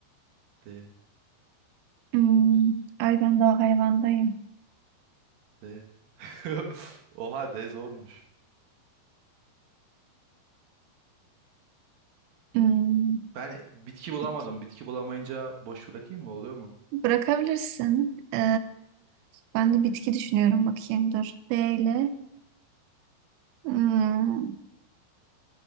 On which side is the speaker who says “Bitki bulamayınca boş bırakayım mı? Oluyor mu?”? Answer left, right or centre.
Right